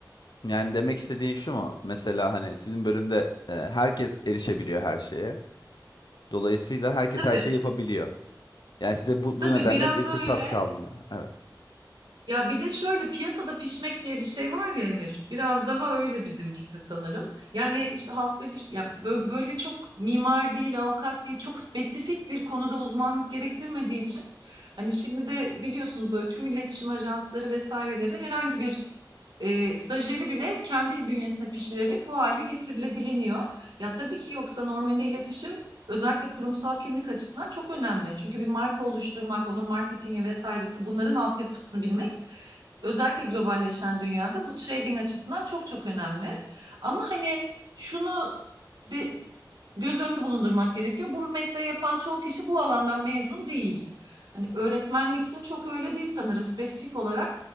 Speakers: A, on the left; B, on the right.
A: Yani demek istediğim şu mu? Mesela hani sizin bölümde e, herkes erişebiliyor her şeye. Dolayısıyla herkes
B: Tabii,
A: her şeyi yapabiliyor. Yani size bu,
B: tabii
A: bu nedenle
B: biraz
A: bir
B: da
A: fırsat
B: öyle.
A: kalmıyor. Evet.
B: Ya bir de şöyle piyasada pişmek diye bir şey var ya Emir. Biraz daha öyle bizimkisi sanırım. Yani işte halkla iliş- ya bö- böyle çok mimar değil, avukat değil, çok spesifik bir konuda uzmanlık gerektirmediği için hani şimdi de biliyorsunuz böyle tüm iletişim ajansları vesaireleri herhangi bir e, stajyeri bile kendi bünyesine pişirerek bu hale getirilebiliniyor. Ya tabii ki yoksa normalde iletişim özellikle kurumsal kimlik açısından çok önemli. Çünkü bir marka oluşturmak, onun marketingi vesairesi bunların altyapısını bilmek özellikle globalleşen dünyada bu trading açısından çok çok önemli. Ama hani şunu de- göz önünde bulundurmak gerekiyor. Bu mesleği yapan çoğu kişi bu alandan mezun değil. Hani öğretmenlikte çok öyle değil sanırım spesifik olarak